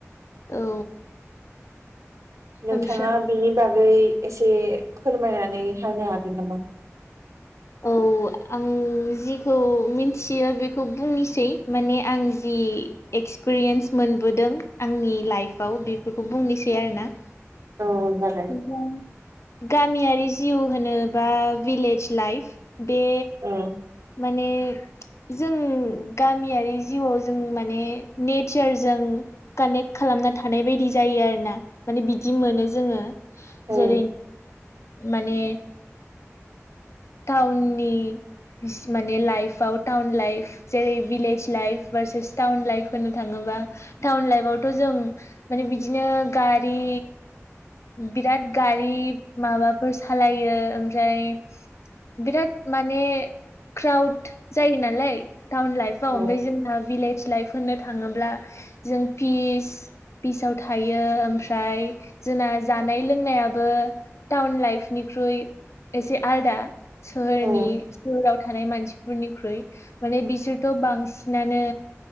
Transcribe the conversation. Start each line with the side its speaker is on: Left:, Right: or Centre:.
Left: औ
Right: नोंथाङा
Left: ओमफ्राय
Right: बेनि बागै एसे फोरमायनानै होनानो हागोन नामा?
Left: औ आं जिखौ मिथियो बेखौ बुंनोसै माने आं जि एक्सपिरियेन्स मोनबोदों आंनि लाइफआव बेफोरखौ बुंनोसै आरो ना?
Right: औ ज
Left: <unintelligible> गामियारि जिउ होनोोबा भिलेज लाइफ बे
Right: अ
Left: माने जों गामियारि जिउआव जों माने नेचारजों कानेक्ट खालामना थानाय बायदि जायो आरोोना माने बिदि मोनो जोङो।
Right: औ
Left: जेरै माने टाउननि माने लाइफआव टाउन लाइफ जेरै भिलेज लाइफ बारसेस टाउन लाइफ होनो थाङोबा टाउन लाइफआवथ' जों माने बिदिनो गारि बिराद गारि माबाफोर सालायो ओमफ्राय बिराद माने क्राउड जायो नालाय टाउन लाइफआव
Right: औ
Left: ओमफ्राय जोंना भिलेज लाइफ होनो थाङोब्ला जों फिस बिसाव थायो ओमफ्राय जोंना जानाय लोंनायाबो टाउन लाइफनिख्रुइ एसे आलदा सोहोरनि
Right: औ
Left: सलाव थानाय मानसिफोरनिख्रुइ माने बिसोरथ' बांसिनानो